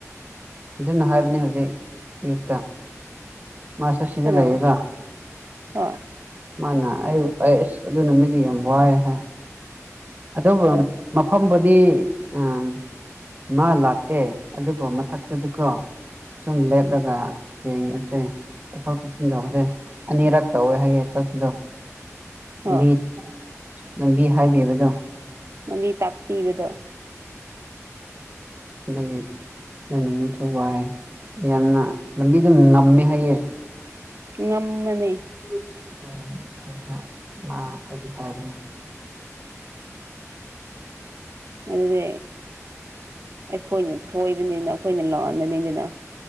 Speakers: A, on the right; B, on the right.
A: ꯑꯗꯨꯅ ꯍꯥꯏꯕꯅꯤ ꯍꯧꯖꯤꯛ ꯑꯌꯨꯛꯇ ꯃꯥꯁꯥ ꯁꯤꯗ
B: ꯀꯅꯥꯅꯣ
A: ꯂꯩꯑꯌꯦꯒ
B: ꯍꯣꯏ
A: ꯃꯥꯅ ꯑꯩꯁ ꯑꯗꯨ ꯅꯨꯃꯤꯗꯤ ꯌꯥꯝ ꯋꯥꯏꯌꯦ ꯍꯥꯏ ꯑꯗꯨꯕꯨ ꯃꯐꯝꯕꯨꯗꯤ ꯎꯝ ꯃꯥ ꯂꯥꯛꯇꯦ ꯑꯗꯨꯕꯨ ꯃꯊꯛꯇꯗꯤꯀꯣ ꯁꯨꯝ ꯂꯦꯞꯔꯒ ꯌꯦꯡꯕꯁꯤ ꯁꯦ ꯆꯠꯊꯣꯛ ꯆꯠꯁꯤꯟ ꯇꯧꯕꯁꯦ ꯑꯅꯤꯔꯛ ꯇꯧꯋꯦ ꯍꯥꯏꯌꯦ ꯆꯠꯄꯗꯣ ꯂꯝꯕꯤ
B: ꯍꯣꯏ
A: ꯂꯝꯕꯤ ꯍꯥꯏꯕꯤꯕꯗꯣ
B: ꯂꯝꯕꯤ ꯇꯥꯛꯄꯤꯕꯗꯣ
A: ꯑꯗꯨꯛꯤ ꯑꯗꯨ ꯅꯨꯃꯤꯊꯨ ꯋꯥꯏ ꯌꯥꯝꯅ ꯂꯝꯕꯤ ꯑꯗꯨꯝ ꯉꯝꯃꯦ ꯍꯥꯏꯌꯦ
B: ꯉꯝꯃꯅꯤ
A: <unintelligible> ꯃꯥ ꯍꯧꯖꯤꯛ ꯍꯥꯏꯕꯅꯦ
B: ꯑꯗꯨꯗꯤ ꯑꯩꯈꯣꯏꯅ ꯁꯣꯏꯕꯅꯤꯅ ꯑꯩꯈꯣꯏꯅ ꯂꯥꯟꯕꯅꯤꯗꯅ